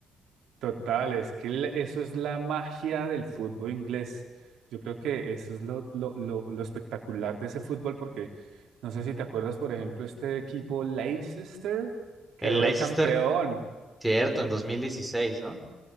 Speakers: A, on the right; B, in the centre.
A: Total, es que la- eso es la magia del fútbol inglés. Yo creo que eso es lo, lo, lo, lo espectacular de ese fútbol, porque no sé si te acuerdas, por ejemplo, este equipo Leicester quedó
B: El Leicester,
A: de campeón.
B: cierto, en 2016, ¿no?